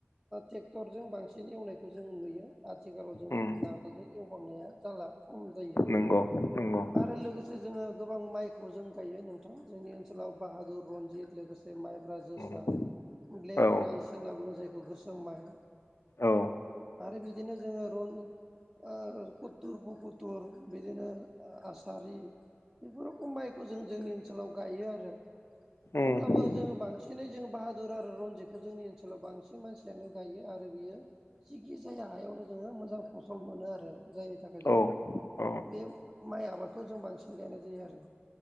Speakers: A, on the right; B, on the left.
A: ट्रेक्टरजों बांसिन एवनायखौ जों नुयो। आथिखालाव जोङो
B: उम
A: नांगोलजों एवबांनाया जाला खम जायो।
B: नंगौ नंगौ
A: आरो लोगोसे जोङो गोबां माइखौ जों गायो नोंथां जोंनि ओनसोलाव बाहादुर, रनजित लोगोसे माइ ब्रा, जोसा,
B: उम
A: ब्लेक
B: औ
A: राइस होनना बुङो जायखौ गोसोम माय।
B: औ
A: आरो बिदिनो जोङो रन ओ कुथुर पुकुथुर बिदिनो ओ आसारि बेफोर रखम माइखौ जों जोंनि ओनसोलाव गायो आरो।
B: उम
A: अब्लाबो जोङो बांसिनै जों बाहादुर आरो रनजिदखौ जोंनि ओनसोलाव बांसिन मानसि यानो गायो आरो बियो जिखि जाया हायावनो जोङो मोजां फसल मोनो आरो जायनि थाखाय जोङो
B: औ औ
A: बे माइ आबादखौ जों बांसिन गायनाय जायो आरो।